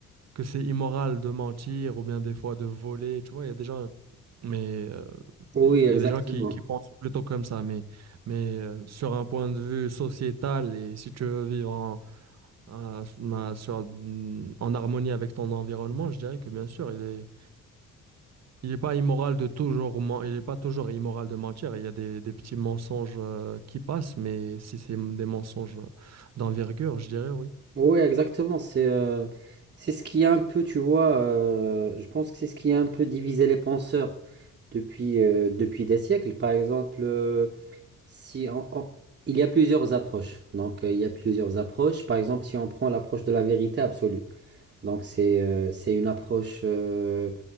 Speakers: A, on the right (about 60°); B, on the right (about 35°).
A: que c'est immoral de mentir ou bien des fois de voler, tu vois, il y a des gens, mais euh,
B: Oui,
A: il
B: exactement.
A: y a des gens qui, qui pensent plutôt comme ça, mais, mais euh, sur un point de vue sociétal et si tu veux vivre en à- ma- sur- en harmonie avec ton environnement, je dirais que bien sûr, il est, il est pas immoral de toujours, men- il est pas toujours immoral de mentir. Il y a des, des petits mensonges euh, qui passent, mais si c'est m- des mensonges euh, d'envergure, je dirais oui.
B: Oui, exactement. C'est euh, c'est ce qui a un peu, tu vois, euh, je pense que c'est ce qui a un peu divisé les penseurs depuis, euh, depuis des siècles. Par exemple, euh, si on- on- il y a plusieurs approches. Donc, euh, il y a plusieurs approches. Par exemple, si on prend l'approche de la vérité absolue. Donc c'est euh, c'est une approche euh,